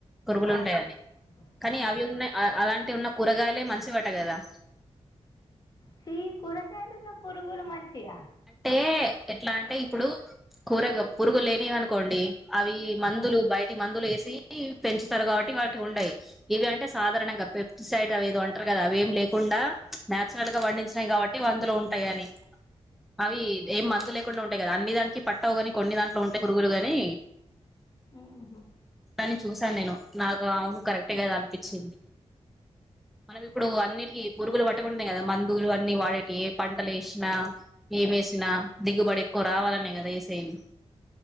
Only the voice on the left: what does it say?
అవును
ఆ
సి కూరగాయలున్న పురుగులు మంచిగా
ఆ
ఉహు